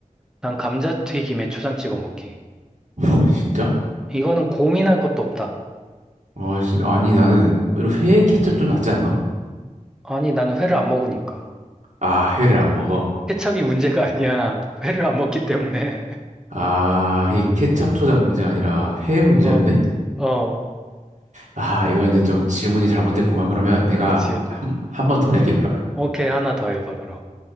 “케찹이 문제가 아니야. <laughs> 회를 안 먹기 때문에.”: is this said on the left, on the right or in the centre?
Centre